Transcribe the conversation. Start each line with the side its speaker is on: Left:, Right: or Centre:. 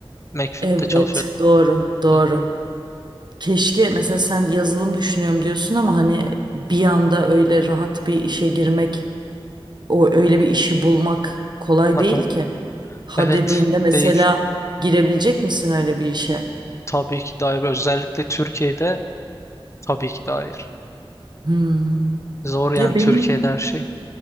Left: McFit'te
Right: evet
Left: çalışıyordun.
Right: doğru doğru.
Left: Hı hı.
Right: Keşke mesela sen yazılım düşünüyorum diyorsun ama hani bir anda öyle rahat bir işe girmek, o öyle bir işi bulmak kolay
Left: Aha.
Right: değil ki. Ha
Left: Evet.
Right: dediğinde mesela
Left: Değil.
Right: girebilecek misin öyle bir işe?
Left: Tabii ki de hayır. Özellikle Türkiye'de tabii ki de hayır.
Right: Hmm.
Left: Zor yani
Right: Ya benim
Left: Türkiye'de her şey.